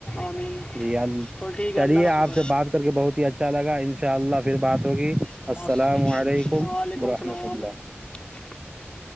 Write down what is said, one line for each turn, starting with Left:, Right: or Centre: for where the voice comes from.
Left: آمین
Right: جی ال
Left: تو ٹھیک ہے
Right: چلیے
Left: اللہ کا
Right: آپ
Left: شکر
Right: سے بات کر کے بہت ہی اچ اچھا لگا ان شاء اللہ پھر بات ہوگی
Left: مست
Right: السلام علیکم
Left: <inaudible>
Right: ورحمۃ اللہ